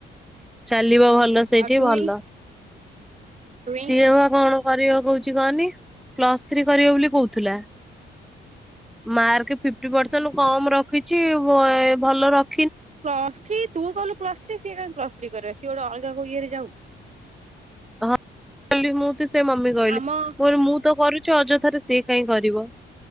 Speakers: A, in the centre; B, on the right.
A: ଚାଲିବା ଭଲ ସେଇଠି
B: ଟୁଇଁ
A: ଭଲ।
B: ଟୁଇଁ
A: ସିଏ
B: ହଁ
A: ଭା କଣ। କରିବ କହୁଛି କହନି ପ୍ଲସ ଥ୍ରୀ କରିବ ବୋଲି କହୁଥିଲା। ମାର୍କ ଫିଟି ପରସେଣ୍ଟ କମ ରଖିଛି ଭଲ ରି
B: ପ୍ଲର୍ଥୀ ତୁ କଲୁ ପ୍ଲସର୍ଥୀ ସିଏ କାହିଁକି ପ୍ଲସର୍ଥୀ କରିବ ସିଏ ଗୋଟେ ଅଲଗା କୋଉ ଇଏରେ ଯାଉ।
A: ହଁ କଲି ମୁଁ। ସେ ମମି କହିଲି
B: ଆମ
A: ମୁ
B: ଆମ
A: କହିଲ ମୁଁ ତ କରୁଛି ଅଯଥାରେ ସିଏ କାଇହିଁ କରିବ।